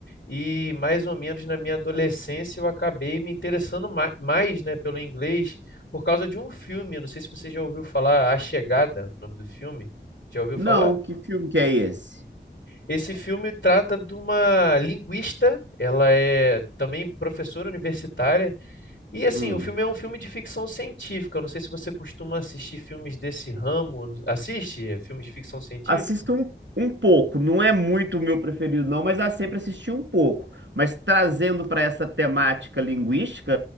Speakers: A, on the left; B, on the right.
A: E mais ou menos na minha adolescência eu acabei me interessando ma- mais, né, pelo inglês por causa de um filme. Eu Não sei se você já ouviu falar A Chegada, o nome do filme. Já ouviu
B: Não,
A: falar?
B: que filme que é esse?
A: Esse filme trata de uma linguista, ela é também professora universitária, e assim,
B: Hum.
A: o filme é um filme de ficção científica. Eu não sei se você costuma assistir filmes desse ramo. Assiste filmes de ficção científica?
B: Assisto um, um pouco, não é muito o meu preferido, não, mas eu sempre assisti um pouco. Mas trazendo para essa temática linguística,